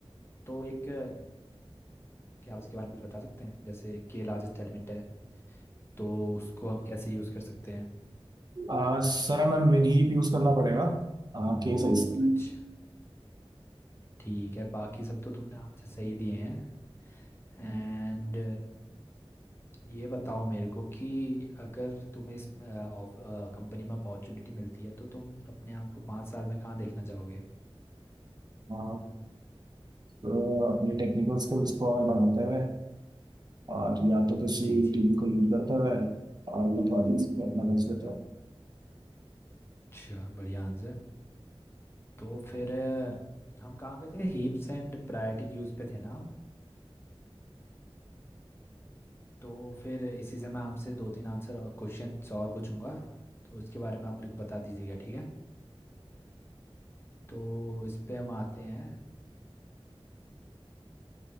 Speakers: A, on the left (about 25°); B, on the right (about 45°).
A: तो एक अ, क्या आप उसके बारे में कुछ बता सकते हैं जैसे के लार्जेस्ट एलिमेंट है तो उसको हम कैसे यूज़ कर सकते हैं
B: आ, सर हमें मिन ही यूज करना पड़ेगा आ, के साइज का
A: अच्छा ठीक है बाकी सब तो तुमने आंसर सही दिए हैं एंड ये बताओ मेरे को कि अगर तुम्हें इस कंपनी में अपॉर्चुनिटी मिलती है तो तुम अपने आप को पाँच साल में कहाँ देखना चाहोगे
B: आ, तो अपने टेक्निकल स्किल्स को और बढ़ाते हुए और या तो किसी
A: जी जी
B: टीम को लीड करते हुए और अपने प्रोजेक्ट्स पे अपना बेस्ट देता
A: अच्छा बढ़िया आंसर तो फिर अ, हम कहाँ पे थे हीप्स एंड प्रायोरिटी यूज पे थे ना हम तो फिर इसी से मैं आपसे दो तीन आंसर और क्वेश्चंस और पूछूंगा तो इसके बारे में आप मेरे को बता दीजिएगा ठीक है तो इस पे हम आते हैं